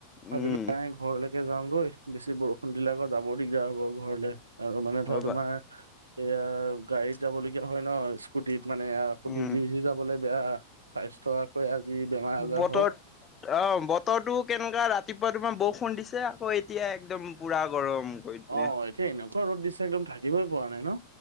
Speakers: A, on the right (about 75°); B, on the left (about 25°).
A: ভাবিলো
B: উম
A: তাই ঘৰলৈকে যাওঁগৈ বেছি বৰষুণ দিলে আকৌ যাবৰ দিগদাৰ হ'ব ঘৰলে আৰু মানে
B: হয়
A: ধৰা তোমাৰ
B: বা
A: এয়া গাড়ীত যাবলগীয়া হয় ন স্কুটিত মানে আকৌ
B: উম
A: ভিজি ভিজি যাবলৈ বেয়া স্বাস্থ্য আজি বেমাৰ আজাৰ
B: বতৰ
A: হওক
B: অ বতৰটো কেনেকুৱা ৰাতি ৰাতিপুৱা তোমাৰ বৰষুণ দিছে আকৌ এতিয়া একদম পূৰা গৰম কৰি দিলে।
A: অ এতিয়া এনেকুৱা ৰ'দ দিছে একদম থাকিবই পৰা নাই ন